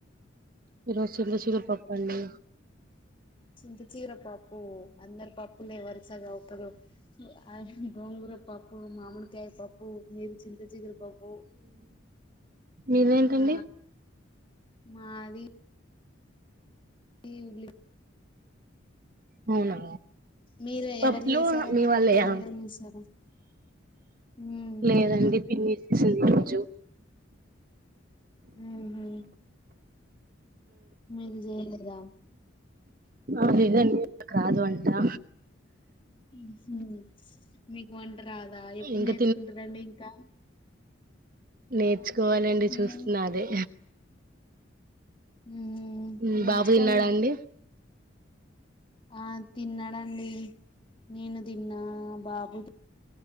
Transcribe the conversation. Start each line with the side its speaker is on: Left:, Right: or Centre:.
Right: ఈ రోజు చింత చిగురు పప్పండి
Left: చింతచిగర పప్పు అందరి పప్పులు ఎవరు సగ ఒప్పుదు అ గోంగూర పప్పు మామిడికాయ పప్పు ఓ మీరు చింత చిగురు పప్పు
Right: మీదేంటండి
Left: ఆ మాది <unintelligible>
Right: అవునా
Left: మీరు
Right: పప్పులు
Left: ఎవరు చేసారండి
Right: మీ వాళ్ళయ
Left: వంట మీరే చేసారా ఉమ్
Right: లేదండి పిన్ని చేసింది ఈరోజు
Left: హ్మ్ హు మీరు చేయలేదా
Right: అ ప్లీస్ అండి ఆమెకు రాదు అంటా
Left: హ్మ్ హు మీకు వంట్ రాదా ఎప్పుడు
Right: ఇంకా
Left: నేర్చుకుంటరండి ఇంకా
Right: నేర్చు కోవాలండి చూస్తున్న
Left: ఉమ్
Right: అదే
Left: మ్మ్
Right: ఉమ్
Left: నేర్చుకోండి
Right: బాబు తిన్నాడాండి
Left: ఆ తిన్నాడండి నేను తిన్నా బాబు